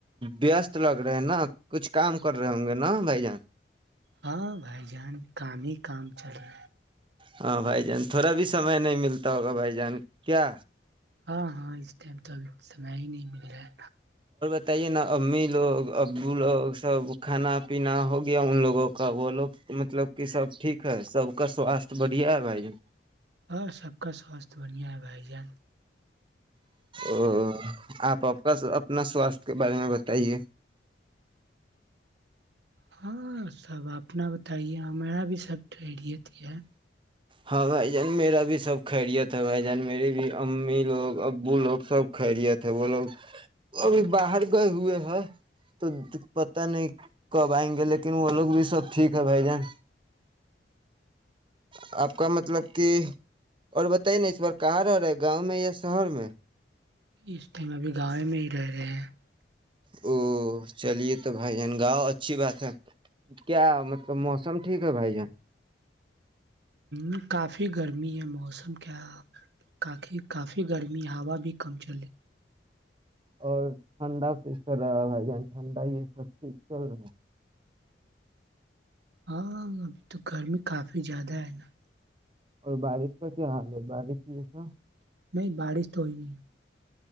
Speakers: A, on the right (about 30°); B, on the right (about 70°).
A: وستست لگ رہے ہیں نا کچھ کام کر رہے ہوں گے نا بھائی جان
B: ہاں بھائی جان کام ہی کام چلا
A: ہاں بھائی جان تھوڑا بھی سمے نہیں ملتا ہوگا بھائی جان کیا
B: ہاں ہاں اس ٹائم تو ابھی سمیں ہی نہیں مل رہ ہے
A: بتائی ہے نا امی لوگ ابو لوگ سب کھانا پینا ہو گیا ان لوگوں کا وہ لوگ مطلب کہ سب ٹھیک ہے سب کا سواستھ بڑھیا ہے بھائی ج
B: ہاں سب کا سواستھ بڑھیا ہے بھائی جان
A: ا آپ آپ کا اپنا سواستھ کے بارے میں بتائیے
B: ہاں سب اپنا بتائیے ہمارا بھی سب ٹریریت ہے <unintelligible>
A: ہاں بھائی جان میرا بھی سب خیریت ہے بھائی جان میرے بھی امی لوگ ابو لوگ سب خیریت ہے وہ لوگ ابھی باہر گئے ہوئے ہیں تو پت نہیں کب آئیں گے لیکن وہ لوگ بھی سب ٹھیک ہے بھائی جان آ <unintelligible> آپ کا مطلب کہ اور بتائی نہیں اس بار کہاں رہ رہا ہے گاؤں میں یا شہر میں <inaudible>
B: اس ٹائم ابھی گاؤیں میں ہی رہ رہے ہیں <unintelligible>
A: او چلیے تو بھائین گاؤ اچھی بات ہے <unintelligible> کیا مطلب موسم ٹھیک <unintelligible> بھائی جان <inaudible>
B: ہ کافی گرمی ہے موسم کیا کافی کافی گرمی ہوا بھی کم چل رہی <unintelligible>
A: اور ٹھنڈا کس چ رہا بھائی جان ٹھنڈا یہ سب چیز چل رہا ہے <unintelligible>
B: ہاں ابھی تو گرمی کافی <unintelligible> ا زیاد ہے نا <inaudible>
A: اور بارش کا کیا حال ہے بارش جیسا <unintelligible>
B: نہیں بارش تو ہو ہی نہیں <unintelligible>